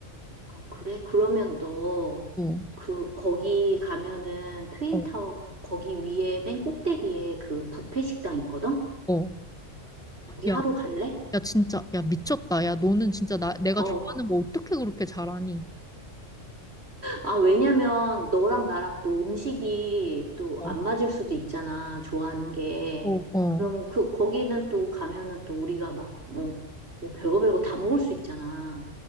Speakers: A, on the right; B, in the centre.
A: 그래? 그러면 너
B: 어.
A: 그, 거기 가면은 트윈타워
B: 어,
A: 거기 위에 맨 꼭대기에 그 뷔페 식당 있거든?
B: 어.
A: 거기
B: 야,
A: 하러 갈래?
B: 야, 진짜, 야, 미쳤다. 야, 너는 진짜 나, 내가
A: 어,
B: 좋아하는 거 어떻게 그렇게 잘하니?
A: 아, 왜냐면 너랑 나랑 또 음식이 또
B: 어,
A: 안 맞을 수도 있잖아, 좋아하는 게.
B: 어, 어.
A: 그러면 그, 거기는 또 가면은 또 우리가 막, 어, 뭐 별거 별거 다 먹을 수 있잖아.